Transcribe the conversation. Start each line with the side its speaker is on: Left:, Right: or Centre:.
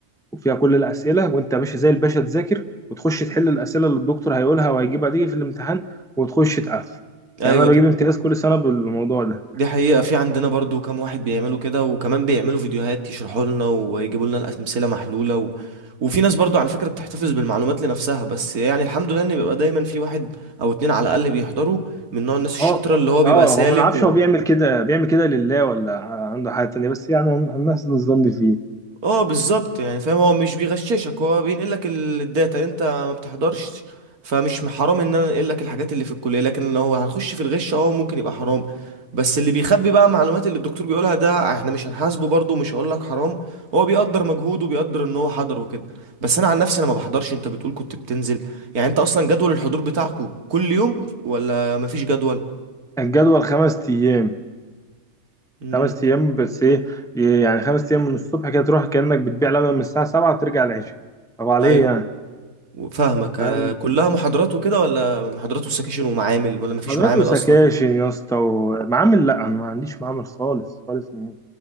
Centre: وفيها كل الاسئله وانت يا باشا زي الباشا تذاكر وتخش تحل الاسئله اللي الدكتور هيقولها وهيجيبها دي في الامتحان وتخش تقفل
Right: ايوه
Centre: يعني انا بجيب
Right: دي,
Centre: امتياز كل سنه بالموضوع ده
Right: دي حقيقة في عندنا برضو كام واحد بيعملوا كده وكمان بيعملوا فيديوهات يشرحوا لنا ويجيبوا لنا الأمثلة محلولة و... وفي ناس برضو على فكرة بتحتفظ بالمعلومات لنفسها بس يعني الحمد لله ان بيبقى دايما في واحد او اتنين على الأقل بيحضروا من نوع الناس الشاطرة
Centre: هو
Right: اللي هو بيبقى
Centre: اه
Right: سالك
Centre: هو ما نعرفش هو بيعمل كده بيعمل كده لله ولا عنده حاجة تانية بس يعني هن- هنحسن الظن فيه
Right: اه بالظبط يعني فاهم هو مش بيغششك هو بينقل لك الداتا انت ما بتحضرش فمش حرام ان انا انقل لك الحاجات اللي في الكليه لكن لو هنخش في الغش اه ممكن يبقى حرام بس اللي بيخبي بقى معلومات اللي الدكتور بيقولها ده احنا مش هنحاسبه برضه مش هقول لك حرام هو بيقدر مجهوده وبيقدر ان هو حضر وكده بس انا عن نفسي انا ما بحضرش انت بتقول كنت بتنزل يعني انت اصلا جدول الحضور بتاعكو كل يوم ولا مفيش جدول
Centre: الجدول خمس أيام
Right: امم
Centre: خمس أيام بس إيه يعني خمس أيام من الصبح كده تروح كأنك بتبيع لبن من الساعة سبعة وترجع العشاء طب عليه
Right: ايوه
Centre: يعني
Right: فاهمك
Centre: فاهم
Right: آه، كلها محاضرات وكده ولا محاضرات وسكاشن ومعامل ولا مفيش
Centre: حضرتك
Right: معامل
Centre: وسكاشن
Right: اصلا
Centre: يا اسطى ومعامل لا أنا ما عنديش معامل خالص خالص نهائي